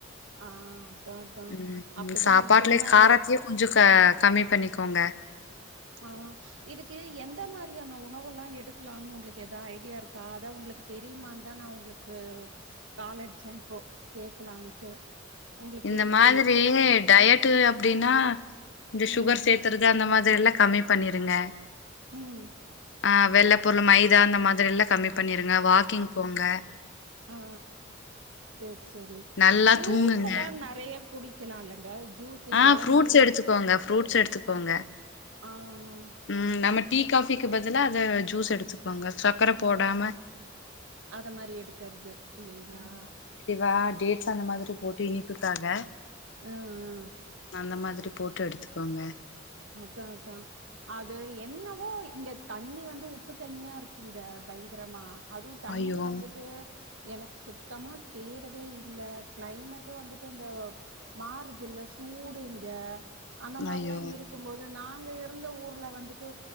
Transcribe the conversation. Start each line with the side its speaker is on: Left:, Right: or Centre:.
Right: ஆ அதா அதா
Left: ம்
Right: அப்டிதா
Left: ம் சாப்பாட்டுல
Right: அவரு சொன்னாரு
Left: காரத்தியு கொஞ்சோ க கம்மி பண்ணிக்கோங்க
Right: ஆ‌ இதுக்கு எந்த மாரியான உணவுல்லா எடுக்கலான்னு உங்ளுக்கு எதா ஐடியா இருக்கா அத உங்ளுக் தெரிமாந்தா நா உங்ளுக்கு கால் அடிச்ச இப்போ கேக்கலான்ட்டு உங்களுக்கு
Left: இந்த மாதிரி
Right: இப்பே
Left: டயட்டு அப்டின்னா இந்த
Right: ம்
Left: சுகர் சேத் த்துறது அந்த மாதிரில்லா கம்மி பண்ணிருங்க
Right: ம்
Left: ஆ வெள்ளப் பொருளு மைதா அந்த மாதிரில்லா கம்மி பண்ணிருங்க வாக்கிங் போங்க
Right: ஆ சேர் சேரி
Left: நல்லா
Right: ஜூஸ்ல்லா
Left: தூங்குங்க
Right: ந றைய குடிக்கலால்லங்க ஜூஸ்
Left: ஆ
Right: எளநீர்
Left: ஃப்ரூட்ஸ் எடுத்துக்கோங்க ஃப்ரூட்ஸ் எடுத்துக்கோங்க
Right: ஆ ஆ
Left: ம் நம்ம டீ காஃபிக்கு பதிலா அத ஜூஸ் எடுத்துக்கோங்க சக்கர போடாம
Right: அத மாரி எடுக்கற்து இல்லைங்ளா
Left: வா டேட்ஸ் அந்த மாதிரி போட்டு இனிப்புக்காக
Right: ம் ம்
Left: அந்த மாதிரி போட்டு எடுத்துக்கோங்க
Right: அதா அதா அது என்னவோ இங்க தண்ணி வந்து உப்பு தண்ணியா இருக்குங்க பயங்கரமா அதுவு தண்ணி
Left: ஐயோ
Right: வந்துட்டு எனக்கு சுத் தமா சேரவே இல்ல க்ளைமேட்டு வந்துட்டு இந்த மாறுதுல்ல சூடு இங்க அந்த மாரிலா
Left: ஐயோ
Right: இருக் க்கும்போது நாங்க இருந்த ஊர்ல வந்துட்டு